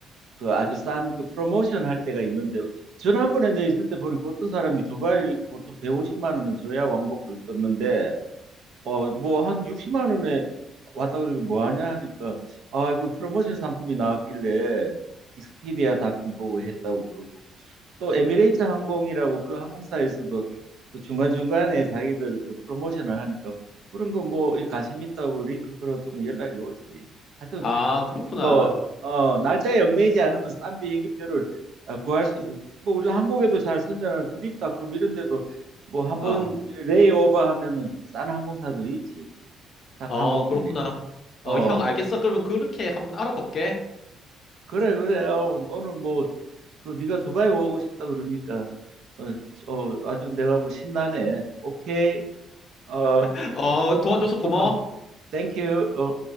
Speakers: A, on the right; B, on the left.
A: 그 아주 싼 그 프로모션 할 때가 있는데 지난번에 내 있을 때 보니까 어떤 사람이 두바이 보통 150만 원은 줘야 왕복을 껐는데 어 뭐 한 60만 원에 왔다 그러고 뭐 하냐 하니까 아 그 프로모션 상품이 나왔길래 익스피디아 닷컴 보고 했다고 그러고 또 에미레이트 항공이라고 그 항공사에서도 그 중간중간에 자기들 그 프로모션을 하니까 그런 거 뭐 관심 있다고 링크 걸어두면 연락이 오지. 하여튼
B: 아,
A: 조금
B: 그렇구나.
A: 뭐, 어, 날짜에 얽매이지 않으면 싼 비행기표를 아, 구할 수 있어. 뭐 우리 한국에도 잘 선전하는 트립닷컴 이런 데도 뭐 한번
B: 어,
A: 레이오버 하면은 싼 항공사들이 있지. 싼
B: 어,
A: 항공편이.
B: 그렇구나.
A: 어,
B: 어, 형, 알겠어. 그러면 그렇게 한번 알아볼게.
A: 그래, 그래. 어, 오늘 뭐 그 네가 두바이 오고 싶다 그러니까 어, 어 아주 내가 뭐 신나네. 오케이. 어,
B: <laughs> 어,
A: 또
B: 도와줘서
A: 봐,
B: 고마워.
A: 또 봐.
B: 어.
A: 땡큐. 어.